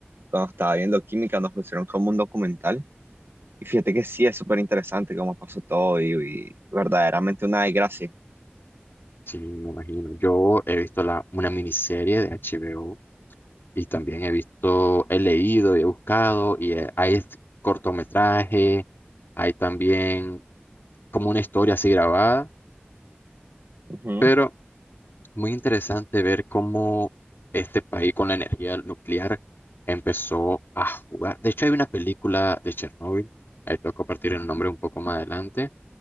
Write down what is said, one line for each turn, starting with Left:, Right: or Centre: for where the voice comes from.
Right: cuando estaba viendo química, nos pusieron como un documental. Y fíjate que sí, es súper interesante cómo pasó todo y, y verdaderamente una desgracia.
Left: Sí, me imagino. Yo he visto la, una miniserie de HBO y también he visto, he leído y he buscado y eh, hay este cortometraje, hay también como una historia así grabada,
Right: Ujú.
Left: pero muy interesante ver cómo este país con la energía nuclear empezó a jugar. De hecho, hay una película de Chernóbil, ahí tengo que compartir el nombre un poco más adelante,